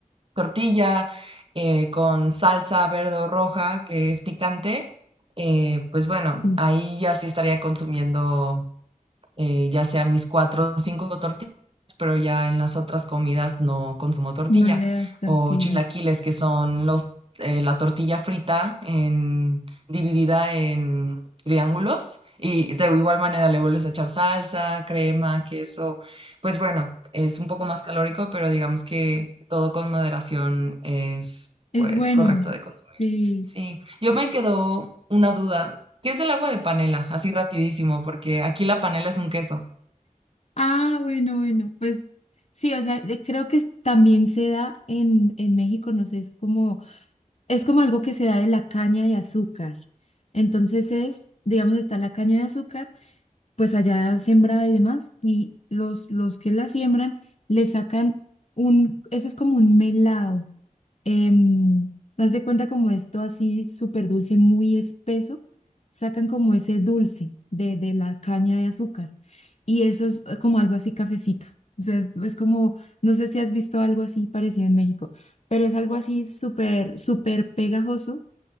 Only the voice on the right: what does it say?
tortilla eh, con salsa verde o roja, que es picante, eh, pues bueno,
ahí ya sí estaría consumiendo eh, ya sea mis cuatro o cinco tortillas, pero ya en las otras comidas no consumo tortilla.
O chilaquiles, que son los, eh, la tortilla frita en, dividida en triángulos. Y de igual manera le vuelves a echar salsa, crema, queso. Pues bueno, es un poco más calórico, pero digamos que todo con moderación es
pues
correcto de consumir.
Sí, yo me quedó una duda. ¿Qué es el agua de panela? Así rapidísimo, porque aquí la panela es un queso.